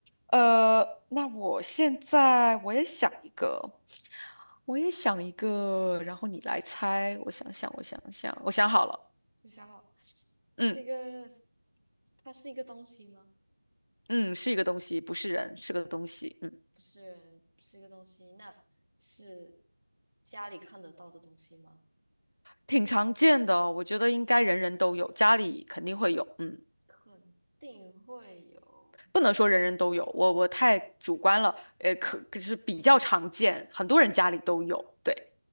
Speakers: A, on the left; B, on the right.
A: 呃，那我现在我也想一个，我也想一个，然后你来猜。我想想，我想想，我想好了。
B: 你想好，
A: 嗯
B: 这个是它是一个东西吗？
A: 嗯，是一个东西，不是人，是个东西。嗯，
B: 不是不是一个东西，那是家里看得到的东西吗？
A: 挺常见的哦，我觉得应该人人都有，家里肯定会有。嗯，
B: 肯定会有。
A: 不能说人人都有，我我太主观了。呃，可可是比较常见，很多人家里都有。对，